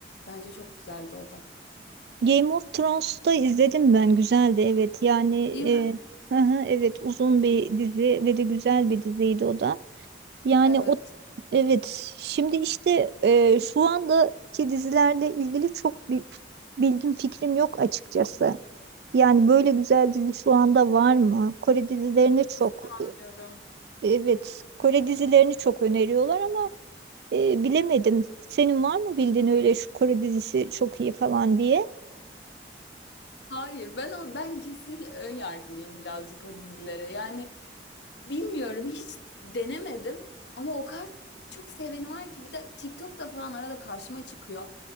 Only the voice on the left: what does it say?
bence çok güzeldi o da.
Değil mi?
Evet.
Hiç Anlıyorum.
Hayır ben o ben kesinlikle ön yargılıyım birazcık o dizilere. Yani bilmiyorum hiç denemedim ama o kadar çok seveni var ki bir de TikTok'ta falan arada karşıma çıkıyor.